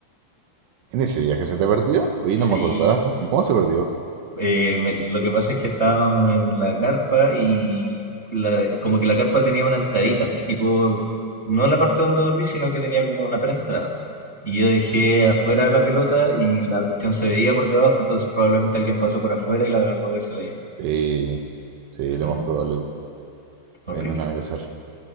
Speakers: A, on the right; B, on the right.
A: ¿En ese viaje se te perdió? Oye,
B: Sí,
A: no me acordaba. ¿Y cómo se perdió?
B: Eh, me- lo que pasa es que estábamos en la carpa y la- como que la carpa tenía una entradita, tipo, no la parte donde dormí, sino que tenía como una preentrada. Y yo dejé afuera la pelota y la cuestión se veía por debajo, entonces probablemente alguien pasó por afuera y la agarró y se la llevó.
A: Sí, sí,
B: Sí,
A: lo más probable.
B: horrible.
A: Bueno, nada que hacer.